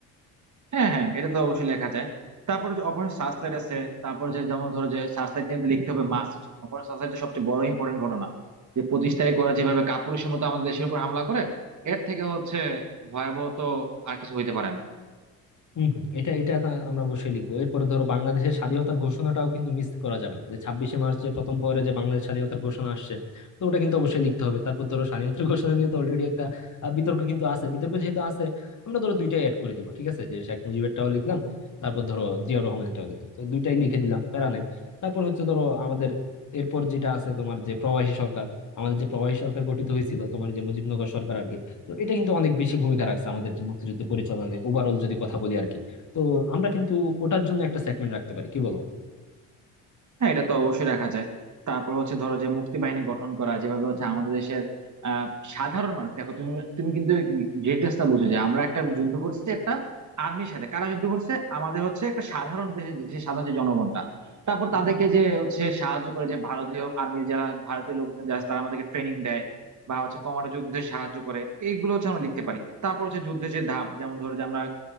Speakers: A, on the right; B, on the left.
A: হ্যাঁ হ্যাঁ এটা তো অবশ্যই লেখা যায় তারপরে যে অপারেশন সার্চলাইট আছে তারপরে যে যেমন ধরো যে সার্চলাইট কিন্তু লিখতে হবে মাস্ট অপারেশন সার্চলাইট তো সবচেয়ে বড় ইম্পর্টেন্ট ঘটনা যে পঁচিশ তারিখ ওরা যেভাবে কাপুরুষের মতো আমাদের দেশের উপর হামলা করে এর থেকে হচ্ছে ভয়াবহ তো আর কিছু হইতে পারে না
B: হম হম এটা এটা তা আমরা অবশ্যই লিখবো এরপরে ধরো বাংলাদেশের স্বাধীনতার ঘোষণাটাও কিন্তু মিস করা যাবে না যে ছাব্বিশে মার্চ যে প্রথম পরে যে বাংলাদেশ স্বাধীনতার ঘোষণা আসছে তো ওটা কিন্তু অবশ্যই লিখতে হবে তারপর ধরো স্বাধীনতার <laughs> ঘোষণা নিয়ে তো অলরেডি একটা আহ, বিতর্ক কিন্তু আছে বিতর্ক যেহেতু আছে আমরা ধরো দুইটাই অ্যাড করে দিব ঠিক আছে যে শেখ মুজিবেরটাও লিখলাম তারপর ধরো জিয়াউর রহমানেরটাও লিখলাম তো দুইটাই লিখে দিলাম প্যারা নাই তারপর হচ্ছে ধরো আমাদের এরপর যেটা আছে তোমার যে প্রবাসী সরকার আমাদের যে প্রবাসী সরকার গঠিত হয়েছিল তোমার যে মুজিবনগর সরকার আর কি তো এটা কিন্তু অনেক বেশি ভূমিকা রাখছে আমাদের যে মুক্তিযুদ্ধ পরিচালনায় ওভারঅল যদি কথা বলি আর কি তো আমরা কিন্তু ওটার জন্য একটা সেগমেন্ট রাখতে পারি কি বলো
A: হ্যাঁ এটা তো অবশ্যই রাখা যায় তারপর হচ্ছে ধরো যে মুক্তি বাহিনী গঠন করা যেভাবে হচ্ছে আমাদের দেশের আহ, সাধারণ মানুষ দেখো তুমি তুমি কিন্তু ডিটেলসটা বুঝো যে আমরা একটা যুদ্ধ করছি একটা আর্মির সাথে কারা যুদ্ধ করছে আমাদের হচ্ছে একটা সাধারণ দেশের দেশের সাধারণ যে জনগণটা তারপর তাদেরকে যে হচ্ছে সাহায্য করে যে ভারতীয় আর্মির যারা ভারতীয় লোকজন যারা আছে, তারা আমাদেরকে ট্রেনিং দেয় বা হচ্ছে কমান্ডো যুদ্ধে সাহায্য করে এইগুলো হচ্ছে আমরা লিখতে পারি তারপর হচ্ছে যুদ্ধের যে ধাপ যেমন ধরো যে আমরা